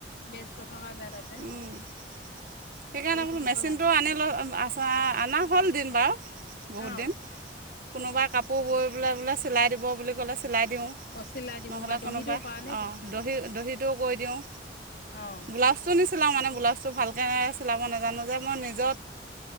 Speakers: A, on the left; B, on the right.
A: ব্যস্ত থকা যায় তাত
B: সেইকাৰণে
A: <unintelligible>
B: বোলো
A: থাকিব
B: মেচিনটো
A: লাগে
B: আনি লো আ অনা হ'ল দিন বাৰু বহুত
A: অঁ
B: দিন কোনোবাই কাপোৰ বৈ বোলে বোলে চিলাই দিব বুলি ক'লে চিলাই দিওঁ,
A: অঁ চিলাই দিব
B: নহ'লে
A: বা দহিটো
B: কোনোবাই
A: কৰা নেকি
B: অঁ দহি দহিটোও বৈ দিওঁ।
A: অঁ
B: ব্লাউজ চিলাও মানে ব্লাউজ টো ভালকে চিলাব নাজানোঁ যে মই নিজে